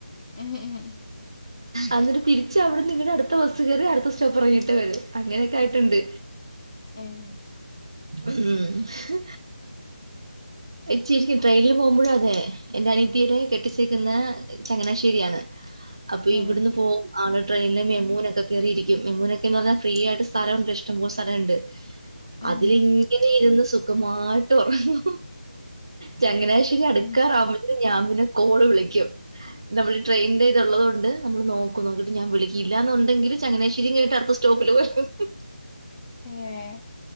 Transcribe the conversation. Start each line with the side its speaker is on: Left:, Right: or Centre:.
Left: <unintelligible>
Right: എന്നിട്ട് തിരിച്ച് അവിടെ നിങ്ങുടെ അടുത്ത ബസ്സ് കയറി അടുത്ത സ്റ്റോപ്പ് ഇറങ്ങിയിട്ട് വര അങ്ങനെയൊക്കെ ആയിട്ടുണ്ട്
Left: ഏഹ്
Right: ഏഹ്‌ഷ് ചിരിക്കും ട്രെയിനില് പോകുമ്പോഴും അങ്ങനെയ എന്റെ അനിയതിരെ കെട്ടിച്ചേക്കുന്ന ചങ്ങനാശ്ശേരിയാണ് അപ്പൊ
Left: ഉം
Right: ഇവിടുന്ന് പോകും ആളോട് ട്രെയിനില് മെമൂനൊക്കെ കയറിയിരിക്കും മെമൂനൊക്കെന്ന് പറഞ്ഞൽ ഫ്രീ ആയിട്ട് സ്ഥലം ഇഷ്ടം പോല സ്ഥാലംണ്ട്
Left: ഉം
Right: അതിലിങ്ങനെ ഇരുന്ന് സുഖമായിട്ട് ഉറങ്ങു ചങ്ങനാ <unintelligible> അടുക്കാറാകുമ്പെ
Left: ഉം
Right: ഞാൻ പിന്നെ കോള് വിളിക്കും നമ്മള് ട്രെയിൻന്റെ ഇത് ഉള്ളത് കൊണ്ട് നമ്മൾ നോക്കും നോക്കിട്ട് ഞാൻ വിളിക്കല്ലയെന്നുണ്ടെങ്കിൽ ചങ്ങനശ്ശേരിയ കഴിഞ്ഞട്ട് അടുത്ത് <unintelligible>
Left: <inaudible> ഏഹ്